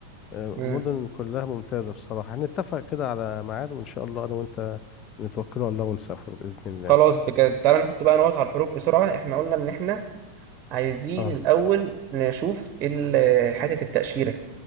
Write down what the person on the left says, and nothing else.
آه،
مدن كلها ممتازة بصراحة هنتفق كده على ميعاد وإن شاء الله أنا وأنت نتوكل على الله ونسافر بإذن الله
اه